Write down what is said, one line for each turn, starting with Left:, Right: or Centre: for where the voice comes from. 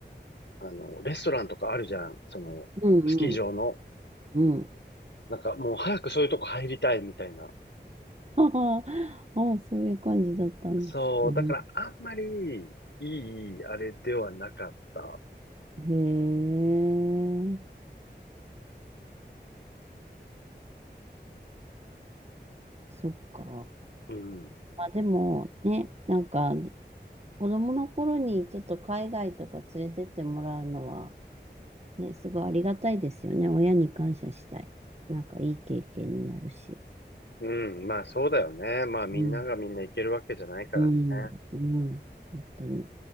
Left: う、あの、レストランとかあるじゃん、その、
Right: うん、
Left: スキー場の。
Right: うん。うん
Left: なんかもう早くそういうとこ入りたいみたいな。
Right: ああ、ああそういう感じだったんですね。
Left: そう、だからあんまりいい、あれではなかった。
Right: へえ、そっか。
Left: うん。
Right: まあでもね、なんか子供の頃にちょっと海外とか連れてってもらうのは、ね、すごいありがたいですよね。親に感謝したい。なんかいい経験になるし。
Left: うん、まあそうだよね。まあみんながみんな行けるわけじゃないからね。
Right: うん、うん、うん。本当に。